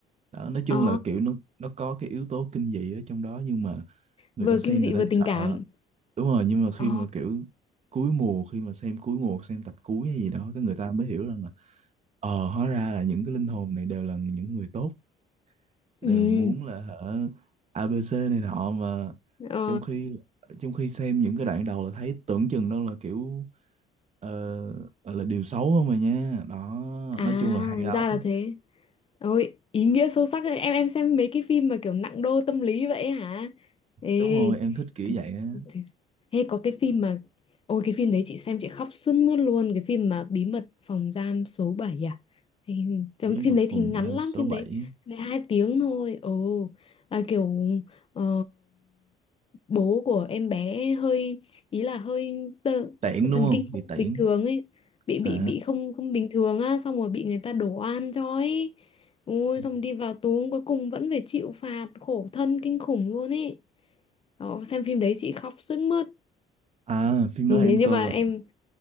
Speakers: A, on the right; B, on the left.
A: đó nói chung
B: Ồ.
A: là kiểu nó nó có cái yếu tố kinh dị ở trong đó nhưng mà người
B: vừa
A: ta xem
B: kinh dị
A: người ta
B: vừa
A: thấy
B: tình
A: sợ
B: cảm.
A: đúng rồi nhưng mà khi
B: Ồ.
A: mà kiểu cuối mùa khi mà xem cuối mùa xem tập cuối hay gì đó cái người ta mới hiểu rằng là ờ hóa ra là những cái linh hồn này đều là những người tốt đều
B: Ừ.
A: muốn là hả ABC này nọ mà
B: Ờ.
A: trong khi trong khi xem những cái đoạn đầu là thấy tưởng chừng đâu là kiểu ờ, gọi là điều xấu không mà nha đó
B: À,
A: nói chung là hay lắm
B: ra là thế. Ôi, ý nghĩa sâu sắc ấy. Em em xem mấy cái phim mà kiểu nặng đô tâm lý vậy hả? Ê,
A: đúng rồi em thích kiểu
B: th-
A: vậy á
B: th- hay có cái phim mà Ôi cái phim đấy chị xem chị khóc sướt mướt luôn Cái phim mà Bí mật phòng giam số bảy à Hay- Trong
A: bí
B: Phim
A: mật
B: đấy
A: phòng
B: thì ngắn
A: giam
B: lắm
A: số
B: Phim
A: bảy
B: đấy, phim đấy 2 tiếng thôi Ồ là kiểu ờ, Bố của em bé hơi Ý là hơi tơ,
A: tiễn đúng
B: thần
A: không
B: kinh
A: thì
B: không
A: tiễn
B: bình thường ấy bị bị
A: à
B: bị không không bình thường á xong rồi bị người ta đổ oan cho ấy ôi
A: Ừ.
B: xong đi vào tù cuối cùng vẫn phải chịu phạt khổ thân kinh khủng luôn ấy đó, xem phim đấy chị khóc sướt mướt
A: à phim đó
B: thì
A: em
B: nếu như
A: coi
B: mà
A: rồi
B: em